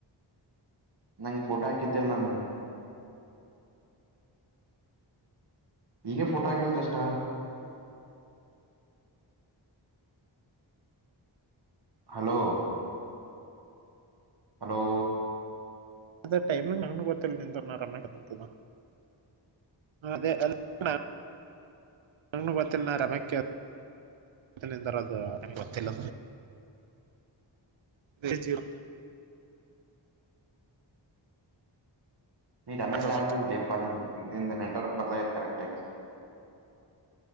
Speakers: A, on the right; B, on the right.
A: ನಂಗ ಫೋಟೋ ಹಾಕಿದ್ದೆಲ್ಲ ನಾನ ಈಗ ಫೋಟೋ ಹಾಕಿದೆಯಲ್ಲ ಜಸ್ಟ್ ಹಲೋ ಹಲೋ
B: ಅದ ಟೈಮಿಂಗ್ ನಂಗನು ಗೊತ್ತಿಲ್ಲ ನಿಂದ ನ ರಮೇಶಂತದ ಅದೆ ಅಲ್ ನಾ ನಾನು ಬತಿನ್ ನ ರಮ ಕೇ <unintelligible> ಗೊತ್ತಿಲ್ಲ ಬೆ ಜೀವಂತ
A: ನೀ <unintelligible>
B: ಅದು
A: ಲೆಪ್ಪ ನಿ ನಿಂದ ನೆಟ್ವರ್ಕ್ ಬರ್ಲತ್ ಕರೆಕ್ಟಗಿ